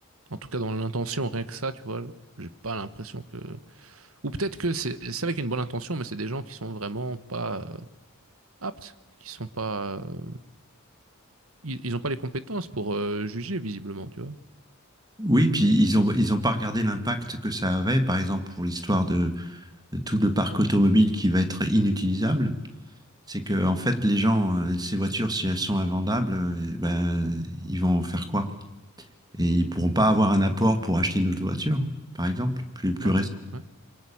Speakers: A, on the right; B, on the right.
A: En tout cas, dans l'intention, rien que ça, tu vois, j'ai pas l'impression que... Ou peut-être que c'est c'est avec une bonne intention, mais c'est des gens qui sont vraiment pas euh, aptes, qui sont pas... euh, ils, ils ont pas les compétences pour euh, juger, visiblement, tu vois.
B: Oui, puis ils ont, ils ont pas regardé l'impact que ça avait, par exemple, pour l'histoire de, de tout le parc automobile qui va être inutilisable. C'est que, en fait, les gens, euh, ces voitures, si elles sont invendables, euh, ben, ils vont en faire quoi? Et ils pourront pas avoir un apport pour acheter une autre voiture, par exemple, plus, plus
A: Ouais,
B: récent.
A: ouais.